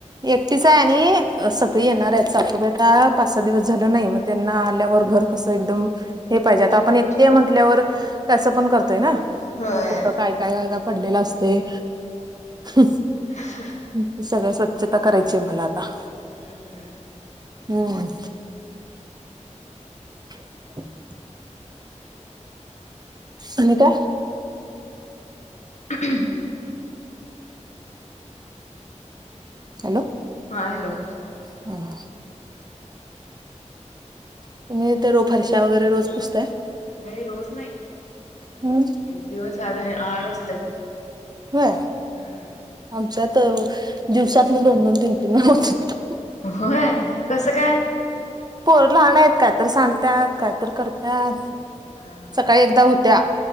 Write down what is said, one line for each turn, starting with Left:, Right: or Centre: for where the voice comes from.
Right: एकटीच आहे आणि सगळी येणार आहेत सासुबाई आता पाच सहा दिवस झाल नाही मग.. त्यांना आल्यावर घर कसं एकदम हे पाहिजे आता
Left: स्वच्छ
Right: आपण एकटे म्हटल्यावर कसं पण करतोय ना
Left: होय
Right: प कुठ काय काय <unintelligible> पडलेला असतेय हं
Left: हा हं
Right: ते सगळ स्वच्छता करायची आहे मला आता
Left: हम्म हम्म
Right: हम्म <inaudible> आणि काय
Left: <unintelligible>
Right: हॅलो
Left: हा हॅलो
Right: <unintelligible> तुम्ही तर रोज फरशा वगैरे रोज पुसताय
Left: नाही रोज नाही
Right: हम्म
Left: एक दिवस आड आड असतात
Right: होय
Left: हम्म
Right: आमच्यात दिवसातन दोन दोन तीन तीनदा होतेत
Left: होय, कसं काय,
Right: पोरं लहान हायत, कायतर सांडतात, कायतर करतात.
Left: हा हा
Right: सकाळी एकदा होत्या